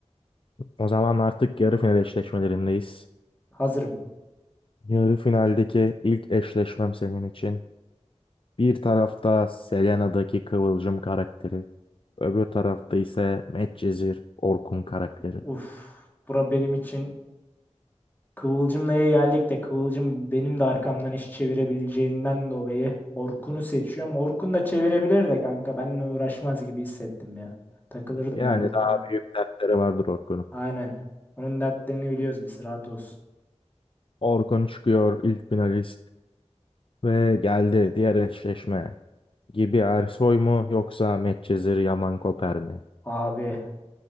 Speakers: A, on the left; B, on the left.
A: O zaman artık yarı final eşleşmelerindeyiz.
B: <laughs> Hazırım.
A: Yarı finaldeki ilk eşleşmem senin için. Bir tarafta Selena'daki Kıvılcım karakteri. Öbür tarafta ise Medcezir Orkun karakteri.
B: Uf. Bura benim için kıvılcım neye geldik de Kıvılcım benim de arkamdan iş çevirebileceğinden dolayı Orkun'u seçiyorum. Orkun da çevirebilir de kanka. Benimle uğraşmaz gibi hissettim ya. Takılırdım
A: Yani
B: ben Orkun'la.
A: daha büyük dertleri vardır Orkun'un.
B: Aynen. Onun dertlerini biliyoruz biz. Rahat olsun.
A: Orkun çıkıyor ilk finalist ve geldi diğer eşleşme. Gibi Ersoy mu yoksa Medcezir Yaman Koper mi?
B: Abi.